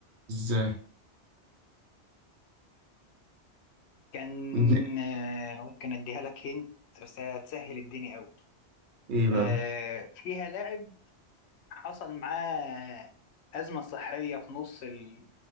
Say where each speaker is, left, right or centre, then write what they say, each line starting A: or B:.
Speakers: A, on the right; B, on the left.
A: إزاي
B: كان
A: اديني-
B: آه، ممكن أديها لك هنت بس هتسهل الدنيا أوي
A: إيه بقى
B: آه، فيها لاعب حصل معاه أزمة صحية في نص ال...